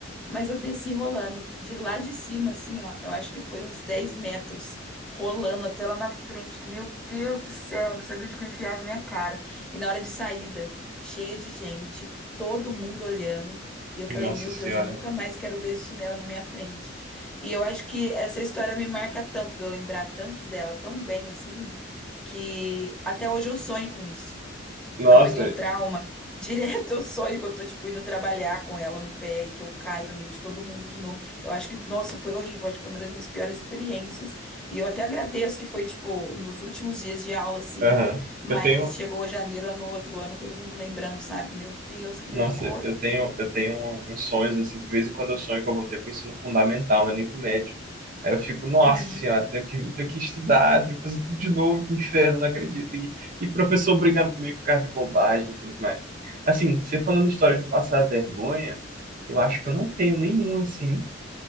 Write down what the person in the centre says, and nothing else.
mas eu desci rolando de lá de cima, assim, ó. Eu acho que foi uns 10 metros rolando até lá na frente, que meu Deus do céu, eu não sabia onde que eu enfiava a minha cara. E na hora de saída, cheia de gente, todo mundo olhando. E eu falei,
meu
Deus, eu nunca mais quero ver esse chinelo na minha frente. E eu acho que essa história me marca tanto, de eu lembrar tanto dela, tão bem assim, que até hoje eu sonho com isso.
Eu peguei um trauma. <laughs> Direto eu sonho que eu tô, tipo, indo trabalhar com ela no pé e que eu caio no meio de todo mundo de novo. Eu acho que, nossa, foi horrível. Acho que foi uma das minhas piores experiências. E eu até agradeço que foi, tipo, nos últimos dias de aula, sim.
Mas
chegou janeiro no outro ano, todo mundo lembrando, sabe? Meu Deus, que vergonha.
Uhum,